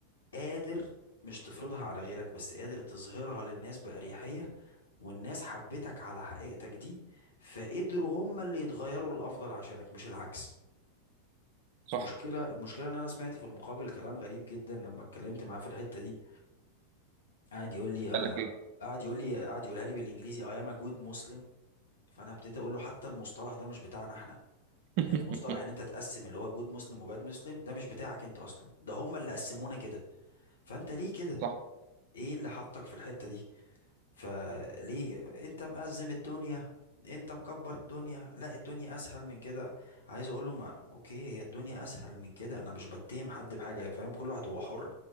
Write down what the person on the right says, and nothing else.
صح
قال لك ايه؟
<laughs>
صح